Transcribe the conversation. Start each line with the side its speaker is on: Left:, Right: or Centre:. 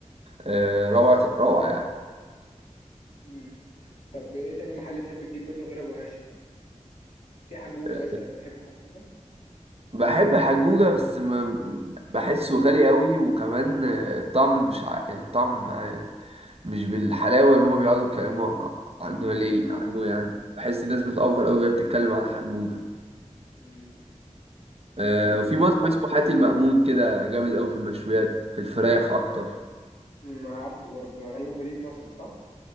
Right: آه، روعة روعة يعني
Left: امم طب ايه تاني محل تحب تجيب منه غير ابو هاشم في حجوجة
Right: آه،
Left: مثلا بتحب حجوجة
Right: بحب حجوجة بس ما- بحسه غالي قوي وكمان آه، الطعم مش ع- يعني الطعم آه، مش بالحلاوة اللي هما بيقعدوا يتكلموا عنه ليه عنه يعني بحس الناس بتأفور قوي وهي بتتكلم على حجوجة
Left: مم.
Right: آه
Left: طب
Right: وفي
Left: و-
Right: مطعم اسمه حاتي المأمون كده جامد قوي في المشويات في الفراخ اكتر
Left: ما عارفه برضه ده غالبا فدية نصر صح؟